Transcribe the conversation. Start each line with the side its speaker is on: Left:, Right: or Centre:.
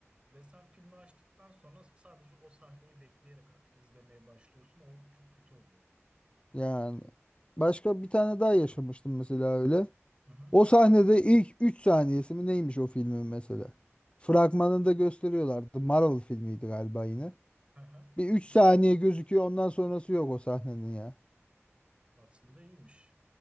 Right: Ve sen filmi açtıktan sonra sadece o sahneyi bekleyerek artık izlemeye başlıyorsun. O çok kötü oluyor ya.
Left: Yani başka bir tane daha yaşamıştım mesela öyle.
Right: Hı hı.
Left: O sahnede ilk 3 saniyesi mi neymiş o filmin mesela? Fragmanında gösteriyorlardı. Marvel filmiydi galiba yine.
Right: Hı hı. Hı
Left: Bir 3
Right: hı.
Left: saniye gözüküyor ondan sonrası yok o sahnenin ya.
Right: Aslında iyiymiş.